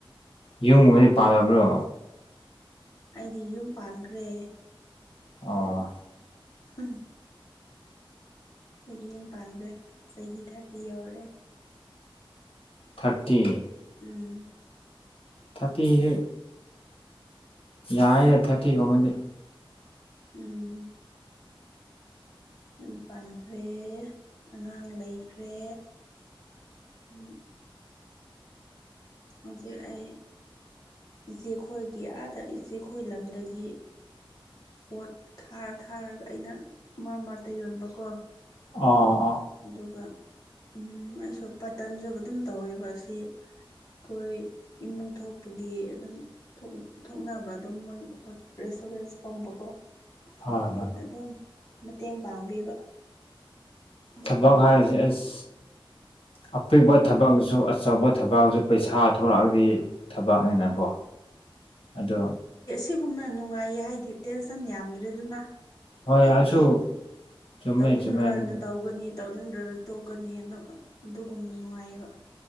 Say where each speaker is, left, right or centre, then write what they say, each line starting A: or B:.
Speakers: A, on the left; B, on the left.
A: ꯌꯨꯝꯉꯗꯤ ꯄꯥꯜꯂꯕ꯭ꯔꯣ
B: ꯑꯩꯗꯤ ꯌꯨꯝ ꯄꯥꯟꯈ꯭ꯔꯦ
A: ꯑ
B: ꯎꯝ ꯍꯧꯗꯤ ꯌꯥꯝ ꯄꯥꯟꯈ꯭ꯔꯦ ꯆꯍꯤ ꯊꯥꯔꯗꯤꯤ ꯌꯧꯔꯦ
A: ꯊꯥꯔꯇꯤ
B: ꯎꯝ
A: ꯊꯥꯔꯇꯤꯁꯨ ꯌꯥꯔꯔꯦ ꯊꯥꯔꯇꯤꯒꯨꯝꯕꯗꯤ
B: ꯎꯝ ꯌꯨꯝ ꯄꯥꯟꯈ꯭ꯔꯦ ꯑꯉꯥꯡ ꯂꯩꯈ꯭ꯔꯦ ꯎꯝ ꯍꯧꯖꯤꯛ ꯑꯩ ꯏꯆꯦ ꯈꯣꯏꯒꯤ ꯑꯥꯗ ꯏꯆꯦ ꯈꯣꯏ ꯂꯝꯗꯒꯤ ꯄꯣꯠ ꯊꯥꯔ ꯊꯥꯔꯒ ꯑꯩꯅ ꯃꯔꯛ ꯃꯔꯇ ꯌꯣꯟꯕꯀꯣ
A: ꯑ
B: ꯑꯗꯨꯒ ꯎ ꯑꯩꯁꯨ ꯄꯥꯇꯟꯁꯨ ꯑꯗꯨꯝ ꯇꯧꯋꯦꯕ ꯑꯁꯤ ꯑꯩꯈꯣꯏ ꯏꯃꯨꯡ ꯊꯣꯛꯄꯒꯤ ꯑꯗꯨꯝ ꯊꯣꯛꯅꯕ ꯑꯗꯨꯝ ꯃꯣꯏ ꯁꯨꯔꯦꯁ ꯀꯝꯝꯕꯒꯣ
A: ꯍꯣꯏ
B: ꯑꯗꯨꯗ
A: ꯍꯣꯏ
B: ꯑꯗꯨꯝ ꯃꯇꯦꯡ ꯄꯥꯡꯕꯤꯕ ꯑꯗꯨꯝ
A: ꯊꯕꯛ
B: ꯇꯧꯕ
A: ꯍꯥꯏꯔꯤꯁ ꯑꯁ ꯑꯄꯤꯛꯄ ꯊꯕꯛꯁꯨ ꯑꯆꯧꯕ ꯊꯕꯛꯁꯨ ꯄꯩꯁꯥ ꯊꯣꯛꯂꯛꯑꯗꯤ ꯊꯕꯛꯅꯤꯅꯀꯣ ꯑꯗꯣ
B: ꯁꯤꯒꯨꯝꯅ ꯅꯨꯡꯉꯥꯏꯌꯦ ꯍꯥꯏꯗꯤ ꯇꯦꯟꯁꯟ ꯌꯥꯝꯗ꯭ꯔꯦꯗꯅ
A: ꯍꯣꯏ
B: ꯑꯩꯒꯤ
A: ꯑꯁꯨ ꯆꯨꯝꯃꯦ
B: ꯇꯧꯅꯤꯡꯉꯀꯥꯟꯗ
A: ꯆꯨꯝꯃꯦ ꯑꯗꯨꯗꯤ
B: ꯇꯧꯒꯅꯤ ꯇꯧꯅꯤꯡꯗ꯭ꯔꯗ ꯇꯣꯛꯀꯅꯤ ꯑ ꯑꯗꯨꯒꯨꯝꯕ ꯅꯨꯡꯉꯥꯏꯌꯦꯕ